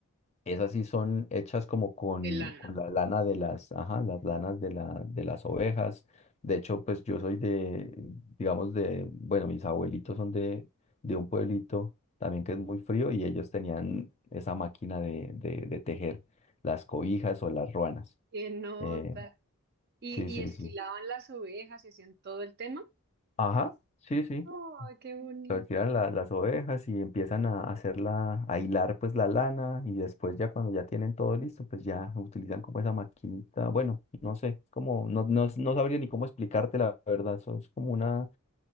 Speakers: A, on the left; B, on the right.
A: esas sí son hechas como con,
B: De lana.
A: con la lana de las, ajá, las lanas de, la, de las ovejas. De hecho, pues yo soy de, digamos, de, bueno, mis abuelitos son de, de un pueblito también que es muy frío y ellos tenían esa máquina de, de de tejer las cobijas o las ruanas.
B: Qué nota.
A: Eh,
B: ¿Y,
A: sí,
B: y
A: sí,
B: esquilaban
A: sí.
B: las ovejas y hacían todo el tema?
A: Ajá, sí, sí.
B: ¡Ay, qué bonito!
A: Retiran la- las ovejas y empiezan a hacerla, a hilar pues la lana y después ya cuando ya tienen todo listo, pues ya utilizan como esa maquinita. Bueno, no sé, como, no, no, no sabría ni cómo explicarte la verdad. Son es como una,